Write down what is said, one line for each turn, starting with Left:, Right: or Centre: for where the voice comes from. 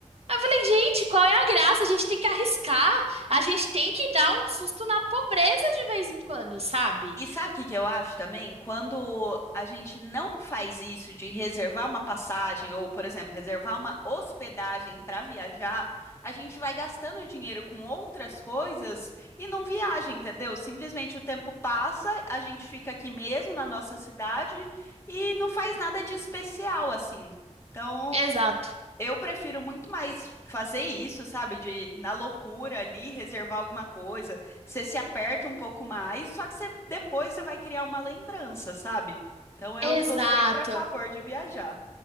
Right: Aí Eu falei, gente, qual é a graça? A gente tem que arriscar, a gente tem que dar um susto na pobreza de vez em quando, sabe?
Left: E sabe o que que eu acho também? Quando a gente não faz isso de reservar uma passagem ou, por exemplo, reservar uma hospedagem para viajar, a gente vai gastando dinheiro com outras coisas e não viaja, entendeu? Simplesmente o tempo passa, a gente fica aqui mesmo na nossa cidade e não faz nada de especial assim. Então,
Right: Exato.
Left: eu prefiro muito mais fazer isso, sabe? De na loucura ali, reservar alguma coisa. Você se aperta um pouco mais, só que você, depois você vai criar uma lembrança, sabe? Então eu
Right: Exato.
Left: sou sempre a favor de viajar.